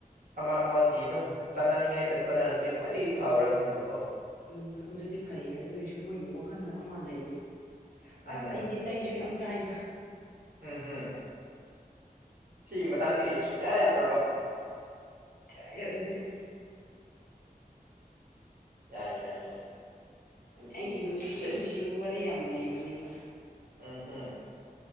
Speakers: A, on the right (about 65°); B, on the left (about 70°).
A: ꯑꯃ ꯑꯃꯒꯤ ꯒꯤ ꯑꯗꯨꯝ ꯆꯥꯅꯅꯤꯡꯉꯥꯏ ꯆꯠꯄꯅꯗꯤ ꯈ꯭ꯋꯥꯏꯗꯒꯤ ꯐꯕ꯭ꯔꯥ ꯈꯟꯕ ꯀꯣ
B: ꯎꯝ ꯑꯗꯨꯗꯤ ꯐꯩꯌꯦ ꯑꯗꯨꯏꯁꯨ ꯁꯨ ꯃꯣꯏꯒꯤ ꯋꯥꯈꯜꯗ ꯑꯃ ꯂꯩꯌꯦ
A: ꯎꯝ
B: ꯑꯁ ꯑꯩꯗꯤ ꯆꯩꯁꯨ ꯌꯥꯝ ꯆꯥꯏꯗ
A: ꯎꯝ ꯎꯝ ꯁꯤꯒꯤ ꯃꯇꯥꯡꯗꯒꯤ ꯁꯨꯡꯌꯥ ꯌꯥꯗ꯭ꯔꯕ
B: <unintelligible>
A: ꯌꯥꯏ ꯌꯥꯏ ꯌꯥꯏ ꯄꯨꯟꯁꯤꯁꯦ
B: ꯑꯩꯒꯤ ꯅꯨꯡꯁꯤ
A: ꯁꯦꯁ
B: ꯅꯨꯡꯁꯤꯕ ꯋꯥꯔꯤ ꯌꯥꯝ ꯂꯩꯕꯅꯦꯕ
A: ꯎꯝ ꯍꯝ